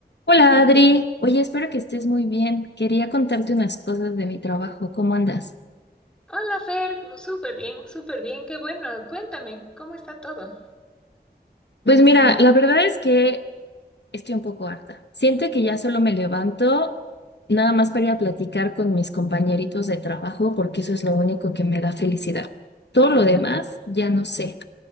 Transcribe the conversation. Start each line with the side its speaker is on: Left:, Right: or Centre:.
Left: Hola Adri, oye, espero que estés muy bien. Quería contarte unas cosas de mi trabajo. ¿Cómo andas?
Centre: Hola Fer, súper bien, súper bien, qué bueno. Cuéntame, ¿cómo está todo?
Left: Pues mira, la verdad es que estoy un poco harta. Siento que ya solo me levanto nada más para ir a platicar con mis compañeritos de trabajo porque eso es lo único que me da felicidad. Todo lo demás
Centre: Ah, no.
Left: ya no sé.